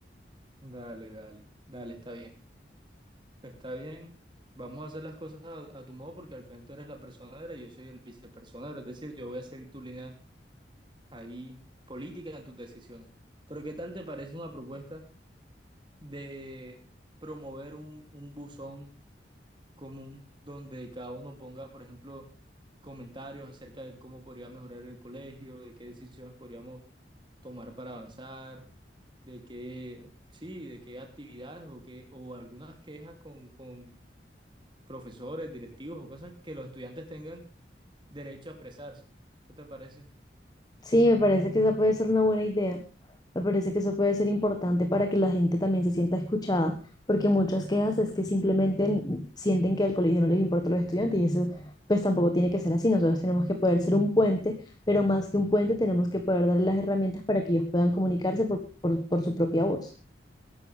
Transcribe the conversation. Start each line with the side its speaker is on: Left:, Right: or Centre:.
Right: dale, dale, dale, está bien. Está bien, vamos a hacer las cosas a, a tu modo porque al final tú eres la personera y yo soy el vicepersonero, es decir, yo voy a seguir tu línea ahí política en tus decisiones. Pero ¿qué tal te parece una propuesta de promover un, un buzón común donde cada uno ponga, por ejemplo, comentarios acerca de cómo podría mejorar el colegio, de qué decisiones podríamos tomar para avanzar, de qué, sí, de qué actividades o qué, o algunas quejas con, con profesores, directivos o cosas que los estudiantes tengan derecho a expresarse. ¿Qué te parece?
Left: Sí, me parece que esa puede ser una buena idea. Me parece que eso puede ser importante para que la gente también se sienta escuchada, porque muchas quejas es que simplemente n- sienten que al colegio no les importa los estudiantes y eso pues tampoco tiene que ser así. Nosotros tenemos que poder ser un puente, pero más que un puente tenemos que poder darle las herramientas para que ellos puedan comunicarse por, por, por su propia voz.